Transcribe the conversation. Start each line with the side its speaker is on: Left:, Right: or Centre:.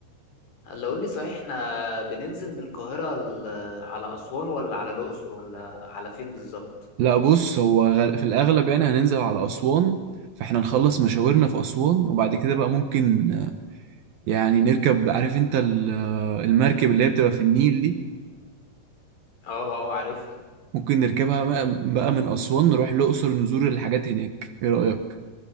Left: هلا قول لي صحيح احنا بننزل من القاهرة ل- على اسوان ولا على الاقصر ولا على فين بالظبط
Right: لا بص هو غ... في الأغلب يعني هننزل على أسوان فاحنا نخلص مشاورنا في أسوان وبعد كده بقى ممكن يعني نركب عارف انت ال- المركب اللي هي بتبقى في النيل دي
Left: اه اه عارفها
Right: ممكن نركبها بقى بقى من أسوان نروح الأقصر نزور الحاجات هناك ايه رأيك